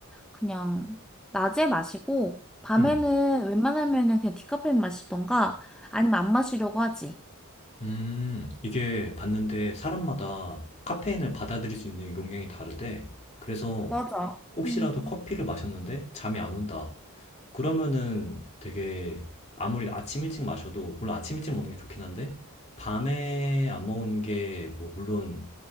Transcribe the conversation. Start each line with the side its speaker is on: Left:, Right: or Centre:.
Centre: 그냥 낮에 마시고, 밤에는
Left: 음.
Centre: 웬만하면은 그냥 디카페인 마시던가, 아니면 안 마시려고 하지.
Left: 음, 이게 봤는데 사람마다 카페인을 받아들일 수 있는 용량이 다르대. 그래서
Centre: 맞아.
Left: 혹시라도
Centre: 음.
Left: 커피를 마셨는데 잠이 안 온다. 그러면은 되게 아무리 아침 일찍 마셔도 물론 아침 일찍 먹는 게 좋긴 한데 밤에 안 먹는 게 뭐 물론